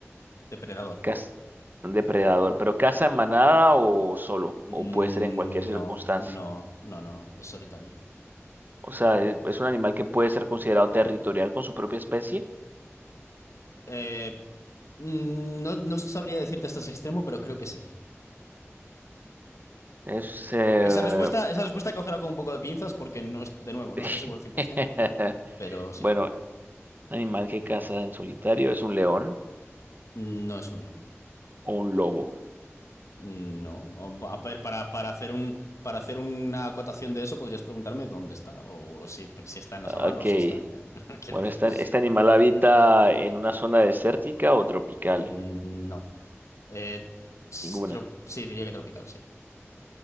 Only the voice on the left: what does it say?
¿Depredador?
Mm,
no, no, no, no, no. Es solitario.
Eh, mm, no, no sabría decirte hasta ese extremo, pero creo que sí.
Esa respuesta, esa respuesta cógela con un poco de pinzas porque no es, de nuevo, no
estoy seguro al 100%, pero sí,
no es un león.
No, a ver, para, para hacer un, para hacer una acotación de eso podrías preguntarme dónde está, o, si, si está en
la sabana, o si está en... <laughs> Quiero
decir,
Mm, no. Eh,
trop- sí, diría que tropical, sí.